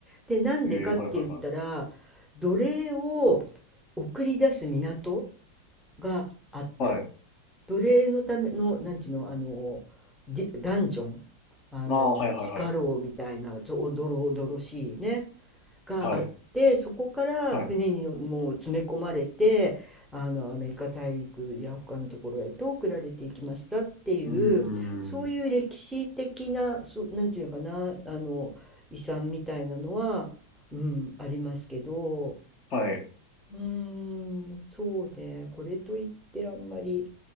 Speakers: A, in the centre; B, on the left (about 35°).
A: でなんでかって言ったら奴隷を
B: ええ、はいはいはい。
A: 送り出す港があった。
B: はい。
A: 奴隷のためのなんていうの、あのディダンジョンあの地下牢みたいなおどろおどろしいね
B: ああ、はいはいはい。
A: があってそこから船にのもう詰め込まれてあのアメリカ大陸や他のところへと送られていきましたっていうそういう歴史的なそうなんていうのかなあの遺産みたいなのは、
B: はい、はい。うーん。
A: うん、ありますけど
B: はい。
A: うーんそうねこれといってあんまり